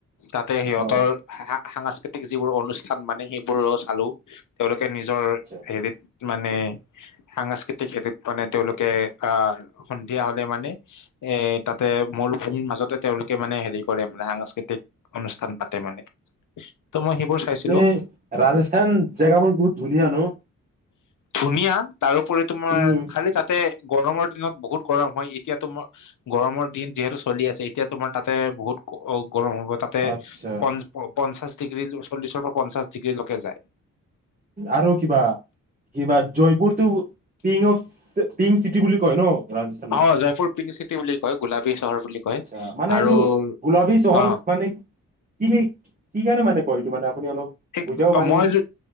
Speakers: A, on the left; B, on the right.
A: তাতে সিহঁতৰ
B: অ
A: সা-সা-সাংস্কৃতিক যিবোৰ অনুষ্ঠান মানে সেইবোৰো চালোঁ। তেওঁলোকে নিজৰ
B: আচ্ছা
A: হেৰিত মানে, সাংস্কৃতিক হেৰিত মানে তেওঁলোকে আহ, সন্ধিয়া হ'লে মানে, এ তাতে মৰুভূমিৰ মাজতে তেওঁলোকে মানে হেৰি কৰে মানে সাংস্কৃতিক অনুষ্ঠান পাতে মানে। ত' মই সেইবোৰ চাইছিলো
B: নে ৰাজস্থান জেগাবোৰ বহুত ধুনীয়া ন'?
A: ধুনীয়া তাৰোপৰি তোমাৰ
B: উম
A: খালি তাত তে গৰমৰ দিনত বহুত গৰম হয় এতিয়া তোম গৰমৰ দিন যিহেতু চলি আছে এতিয়া তোমাৰ তাতে বহুত অ' গৰম হ'ব তাত তে
B: আচ্ছা
A: পন প-পঞ্চাশ ডিগ্ৰীল চল্লিশৰ পৰা পঞ্চাশ ডিগ্ৰীলৈকে যায়।
B: আৰু কিবা কিবা জয়পুৰটো পিং অফ পিং চিটি বুলি কয় ন? ৰাজস্থানৰ
A: অ, জয়পুৰ পিংক চিটি বুলি কয়, গোলাবী চহৰ বুলি। কয়
B: মা মানে
A: আৰু
B: এইটো গোলাপী চহৰ
A: অ
B: মানে <unintelligible> কি কাৰণে মানে কয় এইটো মানে আপুনি অলপ
A: <unintelligible>
B: বুজাব
A: অ,
B: পাৰিবনে
A: মই য